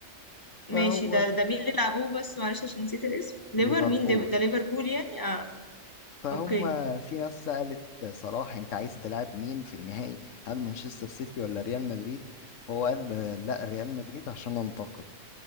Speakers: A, on the left (about 20°); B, on the left (about 75°).
A: ماشي
B: فهو
A: ده ده مين اللي لعبوه بس معلش عشان نسيت الاسم ليفر
B: ليفربول
A: مين ليفر ده ليفربول يعني اه
B: فهم
A: اوكي
B: في ناس سألت صلاح انت عايز تلعب مين في النهائي هل مانشستر سيتي ولا ريال مدريد هو قال آه، لا ريال مدريد عشان انتقد